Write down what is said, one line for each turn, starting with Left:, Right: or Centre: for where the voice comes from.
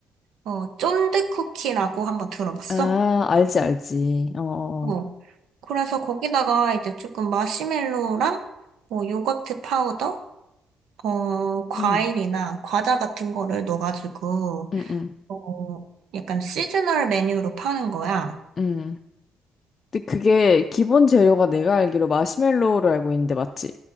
Right: 어, 쫀득쿠키라고 한번 들어봤어?
Left: 아, 알지, 알지. 어, 어.
Right: 어. 그래서 거기다가 이제 조금 마시멜로랑 뭐 요거트 파우더, 어, 과일이나
Left: 음,
Right: 과자 같은 거를 넣어가지고,
Left: 응, 응,
Right: 어, 약간 시즈널 메뉴로 파는 거야.
Left: 응. 근데 그게 기본 재료가 내가 알기로 마시멜로우를 알고 있는데 맞지?